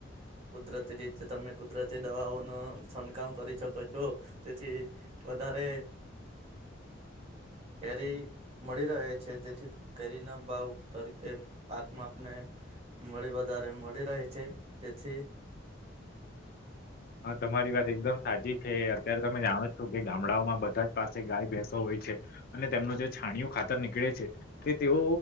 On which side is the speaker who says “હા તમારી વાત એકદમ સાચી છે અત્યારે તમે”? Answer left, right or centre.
Left